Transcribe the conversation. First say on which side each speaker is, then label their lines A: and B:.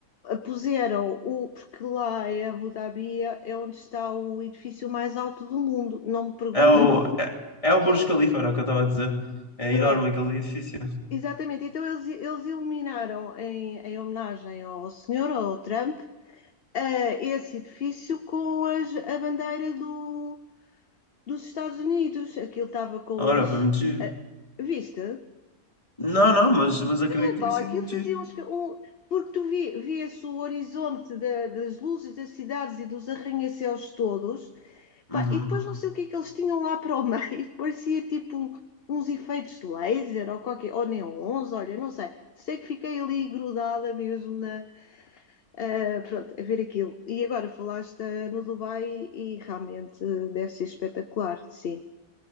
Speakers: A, on the left; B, on the left.
A: puseram o, porque lá em Abu Dhabi é é onde está o edifício mais alto do mundo. Não me perguntes
B: É o, é, é o
A: que
B: Burj
A: é o.
B: Khalifa, era o que eu estava a dizer. É
A: Pronto,
B: enorme aquele edifício.
A: exatamente. Então eles, eles iluminaram em, em homenagem ao senhor, ao Trump, eh, esse edifício com as- a bandeira do, dos Estados Unidos. Aquilo estava com
B: Ora,
A: as.
B: foi muito giro.
A: eh, viste?
B: Não, não, mas, mas acredito
A: Epá,
B: que tenha sido
A: aquilo
B: muito
A: fazia
B: giro.
A: uns. Um, porque tu vi, via-se o horizonte da- das luzes das cidades e dos arranha-céus todos.
B: Uhum.
A: Pá, e depois não sei o que é que eles tinham lá para o meio, <laughs> parecia tipo uns efeitos de laser ou qualquer, ou neons, olha, não sei. Sei que fiquei ali grudada mesmo na, ah, pronto, a ver aquilo. E agora falaste ah, no Dubai e realmente ah, deve ser espetacular, sim.